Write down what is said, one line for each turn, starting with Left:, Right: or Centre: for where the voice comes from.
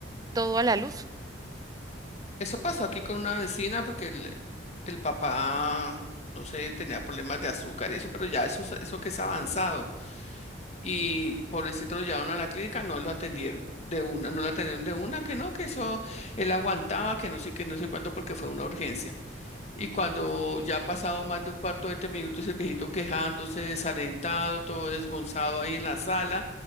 Right: todo a la luz.
Left: Eso pasó aquí con una vecina porque el, el papá, no sé, tenía problemas de azúcar y eso, pero ya eso, es- eso que es avanzado. Y pobrecito lo llevaron a la clínica, no lo atendieron de una, no lo atendieron de una, que no, que eso él aguantaba, que no sé, que no sé cuánto, porque fue una urgencia. Y cuando ya ha pasado más de un cuarto, 20 minutos, el viejito quejándose, desalentado, todo desgonzado ahí en la sala,